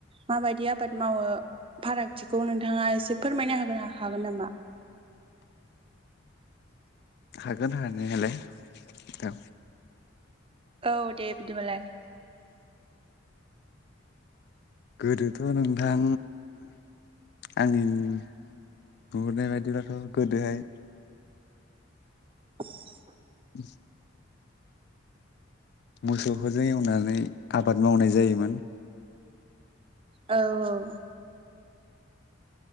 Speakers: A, on the right; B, on the left.
A: माबायदि आबाद मावो फारागथिखौ नोंथाङा एसे फोरमायना होनो हागोन नामा?
B: हागोन हानायालाय‌ औ
A: औ दे बिदिबालाय।
B: गोदोथ' नोंथां आंनि नुहुरनाय बायदिब्लाथ' गोदोहाय
A: <inaudible>
B: उम मोसौफोरजों एवनानै आबाद मावनाय जायोमोन
A: औ औ